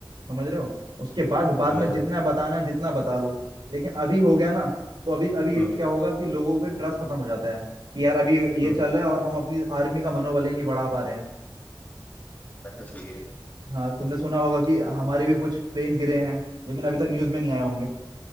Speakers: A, on the right; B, on the left.
A: समझ रहे हो उसके बाद बाद
B: समझ
A: में जितना
B: रहा हूँ।
A: बताना है जितना बता लो लेकिन अभी हो गया ना तो अभी अभी
B: हुँ,
A: क्या होगा कि लोगों पर ट्रस्ट खत्म हो जाता है कि यार अभी ये
B: हुँ,
A: चल रहा है और हम अपनी आर्मी का मनोबल ही नहीं बढ़ा पा रहे हैं
B: बात तो सही है।
A: हाँ तुमने सुना होगा कि हमारे भी कुछ प्लेन गिरे हैं लेकिन अभी तक न्यूज में नहीं आए होंगे